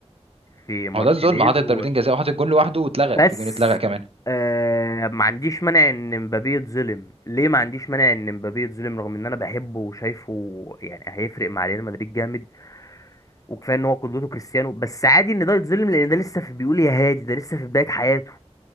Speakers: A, on the left; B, on the right.
A: في مارتينيز
B: هو ده الظلم حاطط ضربتين جزاء وحاطط جول لوحده واتلغى
A: وبس
B: في جون اتلغى كمان
A: آه ما عنديش مانع ان مبابي يتظلم ليه ما عنديش مانع ان مبابي يتظلم رغم ان انا بحبه وشايفه يعني هيفرق مع ريال مدريد جامد وكفايه ان هو قدوته كريستيانو بس عادي ان ده يتظلم لان ده لسه في بيقول يا هادي ده لسه في بدايه حياته